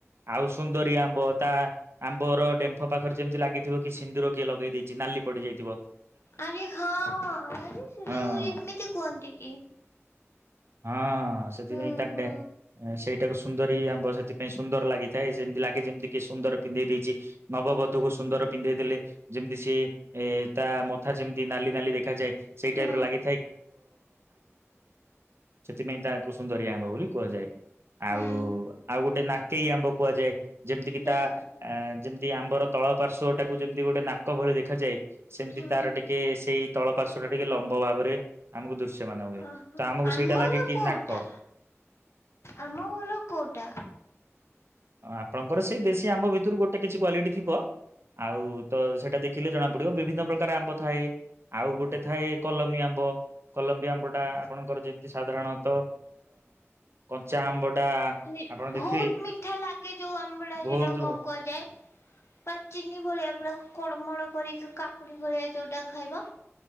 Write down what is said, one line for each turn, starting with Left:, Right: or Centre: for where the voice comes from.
Right: ଆଉ ସୁନ୍ଦରୀ ଆମ୍ବ ତା ଆମ୍ବର ଡେମ୍ଫ ପାଖରେ ଯେମିତି ଲାଗିଥିବ କି ସିନ୍ଦୁର କିଏ ଲଗେଇ ଦେଇେଇଛି ନାଲି ପଡିଯାଇଥିବ।
Left: ଆରେ ହଁ ଆରେ ସେଉ
Right: ହଁ।
Left: ଏମିତି କୁହନ୍ତି କି?
Right: ହଁ। ହଁ ସେଥିପାଇଁ
Left: ହୁଁ
Right: ତ
Left: ହୁଁ
Right: ସେଇଟାକୁ ସୁନ୍ଦରୀ ଆମ ସେଥିାଇଁ ସୁନ୍ଦର ଲାଗିଥାଏ ସେମତି ଲାଗେ ଯେମିତି କି ସୁନ୍ଦର ପିନ୍ଧେଇ ଦେଇଛି। ନବବଧକୁ
Left: ଓହୋ
Right: ସୁନ୍ଦର ପିନ୍ଧେଇଥିଲେ ଯେମିତି ସି ଏ ତା ଥା ଯେମିତି ନାଲି ନାଲି ଦେଖାଯଏ ସେଇ
Left: ହୁଁ
Right: ଟାଇପ ର ଲାଗି ସେଥିପାଇଁ ତାକୁ ସୁନ୍ଦରି ଆମ୍ବ ବୋଲି କୁହାଯାଏ।
Left: ହୁଁ
Right: ଆଉ ଆଉ ଗୋଟେ ନାକେଇ ଆମ୍ବ କୁହାଯାଏ। ଯେମିତି
Left: ହୁଁ
Right: କିି ତା ଆ ଯେମତି ଯଦ ଆମର ତଳ ପାର୍ଶ୍ଵ ତାକୁ ଯେମିତି ଗୋଟେ ନାକ ଭଳି ଦେଖାଯାଏ ସେମିତି
Left: ହୁଁ
Right: ତାର ଟିକେ ସେଇ ତଳ ପାର୍ଶ୍ୱ ଟିକେ ଲମ୍ବା ଭାବରେ ଆମକୁ ଦୃଶ୍ୟମାନ ହୁଏ
Left: ଓହୋ
Right: ତ ଆମକୁ
Left: ଆମର
Right: ସେଇଟା ଲାଗେ କି
Left: କୋଉଟା
Right: ନାକ।
Left: ଆମ ଘର କୋଉଟା
Right: ଆପଣଙ୍କର ସେଇ ଦେଶୀ ଆମ୍ବ ଭିତରୁ ଗୋଟେ କିଛି କ୍ଵାଲିଟି ଥିବ ଆଉ ତ ସେଇଟା ଦେଖିଲେ ଜଣା ପଡିବ ବିଭିନ୍ନ ପ୍ରକାର ଆମ୍ବ ଥାଏ ଆଉ ଗୋଟେ ଥାଏ କଲମ୍ବୀ ଆମ୍ବ କଲମ୍ବି ଆମ୍ବ ଟା ଆପଣଙ୍କର ଯେମିତି ସାଧାରଣତଃ କଞ୍ଚା ଆମ୍ବ। ଟା
Left: ମାନେ
Right: ଆପଣ
Left: ବହୁତ
Right: ଦେଖିବେ
Left: ମି ଏା ଲାଗେ ଯୋଉ ଆମ୍ବୁ ସେଇଟା
Right: ବହୁତ
Left: କଣ କୁହାଯାଏ? ବା ଚିନି ଭଳିଆ ପୁରା କଳମଳ କରିକି କାକୁଡି ଭଳିଆ ଯଉଟା ଖାଇବା।